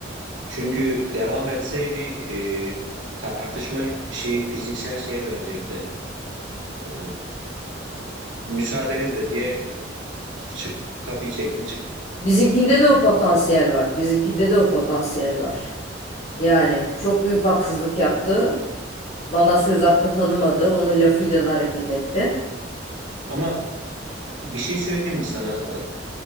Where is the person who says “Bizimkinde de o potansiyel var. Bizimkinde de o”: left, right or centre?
Left